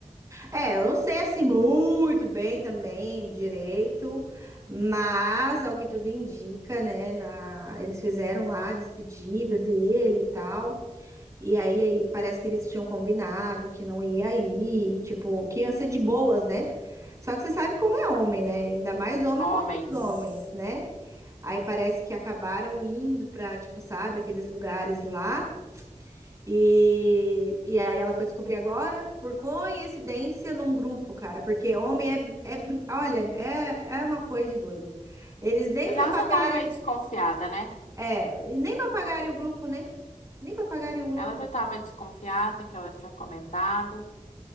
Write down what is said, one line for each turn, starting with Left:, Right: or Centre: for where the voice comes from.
Right: É, eu não sei assim muito bem também direito, mas ao que tudo indica, né? na- Eles fizeram lá a despedida dele e tal. E aí, aí parece que eles tinham combinado que não ia ir, tipo, que ia ser de boas, né? Só que você sabe como é homem, né? Ainda mais homem
Left: Homens.
Right: contra os homens, né? Aí parece que acabaram indo pra, tipo, sabe, aqueles lugares lá. E, e aí ela foi descobrir agora, por coincidência, num grupo, cara. Porque homem é, é bi- olha, é, é uma coisa de doido. Eles nem
Left: Mas
Right: pra
Left: ela
Right: pagarem,
Left: já tava meio desconfiada, né?
Right: é, e nem pra pagarem o grupo, né? Nem pra pagarem o grupo.
Left: Ela já tava desconfiada que ela tinha comentado.